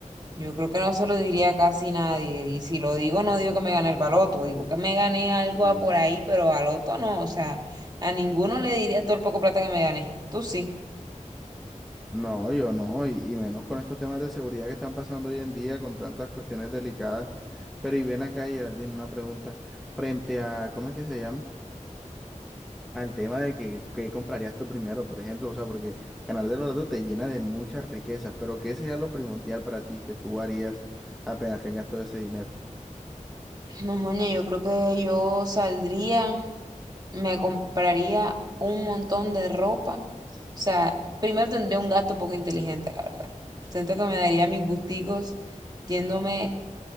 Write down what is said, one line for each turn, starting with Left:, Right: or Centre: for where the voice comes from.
Right: yo creo que no se lo diría a casi nadie, y si lo digo, no digo que me gané el baloto, digo que me gané algo
Centre: Sí.
Right: a por ahí, pero baloto no, o sea, a ninguno le diría todo el poco plata que me gané. Tú sí.
Centre: No, yo no, y, y menos con estos temas de seguridad que están pasando hoy en día, con tantas cuestiones delicadas. Pero y ven acá, Geraldine, una pregunta. Frente a, ¿cómo es que se llama? al tema de que, que comprarías tú primero, por ejemplo, o sea, porque ganar del baloto te llena de muchas riquezas, pero ¿qué sería lo primordial para ti que tú harías apenas tengas todo ese dinero?
Right: No, moña, yo creo que yo saldría. me compraría un montón de ropa. O sea, primero tendría un gasto poco inteligente, la verdad. Siento que me daría mis gusticos yéndome